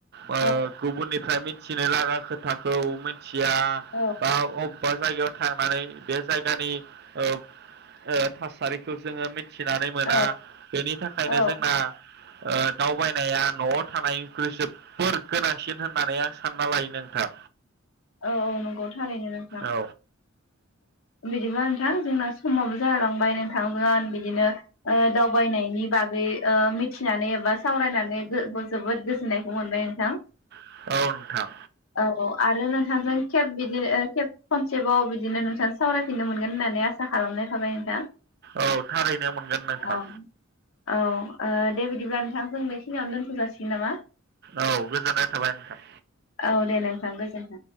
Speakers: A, on the right; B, on the left.
A: ओ
B: औ
A: गुबुननिफ्राय थिनो लागा खोथाखौ थिया
B: औ
A: बा अ बा जायगायाव था माने बे जायगानि ओ ओ थासारिखौ जोङो मिथिना फिसिनानै मोना
B: औ
A: बेनि थाखायनो
B: औ
A: जोंना ओ दावबायनाया न'आव थानायनिख्रुइ जोबोर गोनांसिन होननानै आं सानना लायो नोंथां
B: औ औ नंगौ थारनो नोंथां
A: औ
B: बिदिबा नोंथां जोंना समाबाबो जालांबाय नोंथांजों आं बिदिनो ओ दावबायनायनि बागै ओ मिथिनानै एबा सावरायनानै जो- जोबोद गोजोननायखौ मोनबाय नोंथां।
A: औ नोंथां
B: औ औ आरो नों जों खेब बिदिनो खेब खनसेबाव बिदिनो नोंथां सावरायफिननो मोनगोन होननानै आसा खालामनाय थाबाय नोंथां।
A: औ थारैनो मोनगोन नोंथां।
B: औ औ ओ दे बिदिब्ला नोंथां जों बेखिनियावनो दोनथ'जासिगोन नामा?
A: औ गोजोननाय थाबाय नोंथां।
B: औ दे नोंथां गोजोन्थों